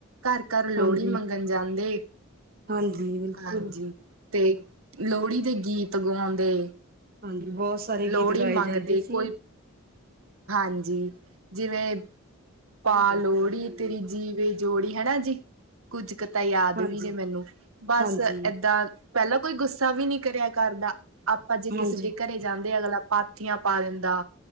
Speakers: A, on the right; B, on the right.
A: ਘਰ-ਘਰ ਲੋਹੜੀ
B: ਹਾਂਜੀ
A: ਮੰਗਣ ਜਾਂਦੇ,
B: ਹਾਂਜੀ ਬਿਲਕੁਲ
A: ਹਾਂਜੀ। ਤੇ ਲੋਹੜੀ ਦੇ ਗੀਤ ਗਾਉਂਦੇ।
B: ਹਾਂਜੀ ਬਹੁਤ ਸਾਰੇ
A: ਲੋਹੜੀ
B: ਗੀਤ ਗਾਏ
A: ਮੰਗਦੇ
B: ਜਾਂਦੇ ਸੀ।
A: ਕੋਈ ਹਾਂਜੀ ਜਿਵੇਂ ਪਾ
B: ਹਾਂਜੀ
A: ਲੋਹੜੀ ਤੇਰੀ ਜੀਵੇ ਜੋੜੀ ਹਨਾ ਜੀ ਕੁੱਝ ਕੁ ਤਾਂ ਯਾਦ
B: ਹਾਂਜੀ
A: ਵੀ ਨੇ ਮੈਨੂੰ ਬਸ
B: ਹਾਂਜੀ
A: ਏਦਾਂ ਪਹਿਲਾਂ ਕੋਈ ਗੁੱਸਾ ਵੀ ਨੀ ਕਰਿਆ ਕਰਦਾ ਆਪਾਂ ਜੇ ਕਿਸੇ
B: ਹਾਂਜੀ
A: ਦੇ ਘਰੇ ਜਾਂਦੇ ਅਗਲਾ ਪਾਥੀਆਂ ਪਾ ਦਿੰਦਾ